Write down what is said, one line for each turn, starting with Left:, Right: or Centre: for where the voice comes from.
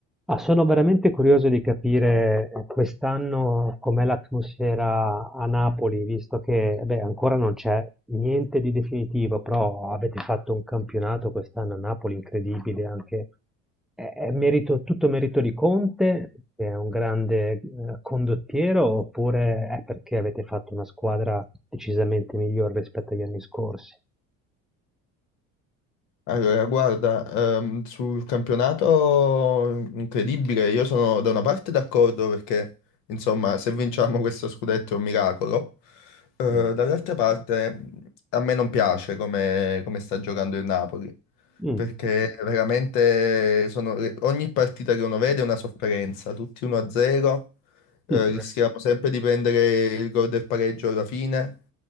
Centre: Ah, sono veramente curioso di capire eh, quest'anno com'è l'atmosfera a Napoli, visto che beh, ancora non c'è niente di definitivo, però avete fatto un campionato quest'anno a Napoli incredibile, anche è, è merito, tutto merito di Conte, che è un grande eh, condottiero, oppure è perché avete fatto una squadra decisamente migliore rispetto agli anni scorsi?
Left: Allora, guarda, ehm, sul campionato incredibile, io sono da una parte d'accordo perché, insomma, se vinciamo questo scudetto è un miracolo, Eh,
Centre: Mm.
Left: dall'altra parte a me non piace come, come sta giocando il Napoli,
Centre: Mm.
Left: perché veramente sono- ogni partita che uno vede è una sofferenza, tutti 1-0, eh,
Centre: <laughs>
Left: rischiamo sempre di prendere il gol del pareggio alla fine.